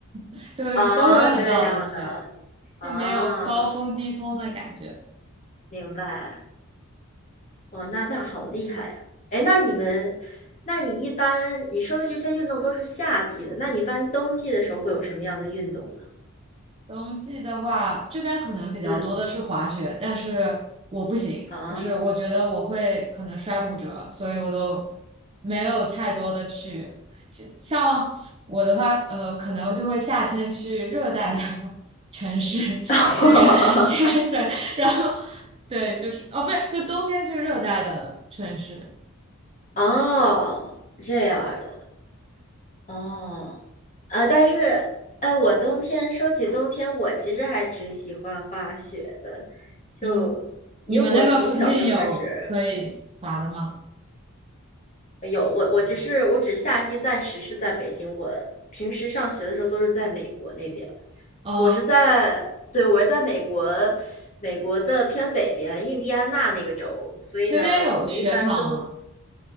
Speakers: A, on the right; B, on the left.
A: <laughs> 就是都会很早的去，
B: 啊，这样的啊。
A: 并没有高峰低峰的感觉。
B: 哦明白，哇，那那好厉害呀！哎，那你们，那你一般你说的这些运动都是夏季的，那你一般冬季的时候会有什么样的运动呢？
A: 冬季的话，这边可能比较多的是滑雪，
B: 嗯，
A: 但是我不行，
B: 啊，
A: 就是我觉得我会可能摔骨折，所以我都没有太多的去。像像我的话，呃，可能就会夏天去热带的 <laughs> 城市去
B: <laughs>
A: <laughs> 潜水，然后对，就是哦，不是，就冬天去热带的城市。
B: 哦，这样儿的，哦，啊，但是，哎，我冬天说起冬天，我其实还挺喜欢滑雪的，就因为我从小就开始
A: 嗯，你们那个附嗯近有可以滑的吗？
B: 有我，我只是我只夏季暂时是在北京，我平时上学的时候都是在美国那边。
A: 呃，
B: 我是在，对，我是在美国，美国的偏北边，印第安纳那个州，所以呢，
A: 那边有雪场吗？
B: 我们一般冬